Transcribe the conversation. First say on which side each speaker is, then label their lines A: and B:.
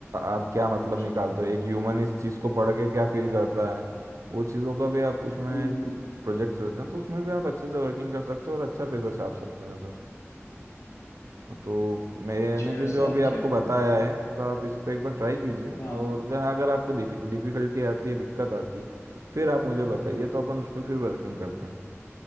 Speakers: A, on the right; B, on the left.
A: आप क्या
B: अच्छा
A: मतलब
B: अच्छा
A: निकालते हो एक ह्यूमन इस चीज़ को पढ़ के क्या फील करता है वो चीज़ों का भी आप उसमें
B: हम्म हम्म,
A: प्रोजेक्ट्स रहते हैं तो उसमें भी आप अच्छे से वर्किंग कर सकते हो और अच्छा पैसा छाप सकते हैं सर तो मैंने
B: अच्छा
A: जो
B: ऐसा
A: जो अभी
B: है
A: आपको
B: क्या
A: बताया है तो आप इस पर एक बार ट्राई कीजिए
B: हाँ
A: और जहाँ अगर आपको डिफ़िकल्टी आती है दिक्कत आती है फिर आप मुझे बताइए तो अपन उस पर फिर वर्किंग करते हैं